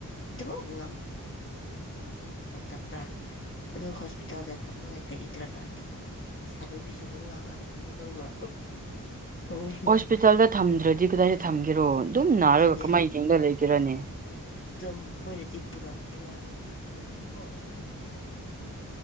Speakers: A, on the left; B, on the right.
A: ꯑꯗꯨꯃꯛꯂꯛꯇꯕ꯭ꯔꯥ ꯑꯗꯨ ꯍꯣꯁꯄꯤꯇꯥꯜꯗ ꯊꯝꯅꯉꯥꯏ ꯀꯔꯤ ꯗꯔꯀꯥꯔ ꯇꯥꯕ꯭ꯔꯥ ꯍꯅꯨꯕꯤꯁꯨ ꯉꯥꯡꯉ ꯂꯩꯕꯅꯤ ꯈꯪꯕ꯭ꯔꯥ ꯅꯣꯛꯅꯤꯡꯕꯅꯤ
B: ꯍꯣꯁꯄꯤꯇꯥꯜꯗ ꯊꯝꯗ꯭ꯔꯗꯤ ꯀꯗꯥꯏꯗ ꯊꯝꯒꯦꯔꯣ ꯑꯗꯨꯝ ꯅꯥꯔꯒ
A: ꯑꯗꯨꯅꯦ
B: ꯀꯃꯥꯏꯅ ꯌꯦꯡꯗ ꯂꯩꯒꯦꯔꯅꯦ
A: ꯑꯗꯨꯗꯣ ꯃꯣꯏꯅꯗꯤ ꯄꯨꯔꯛ ꯄꯨꯔꯛ ꯍꯥꯏꯕꯁ ꯃꯣꯏꯅꯁꯨ ꯀꯣ ꯑꯁꯨꯃꯥꯏꯅ ꯑꯩꯅ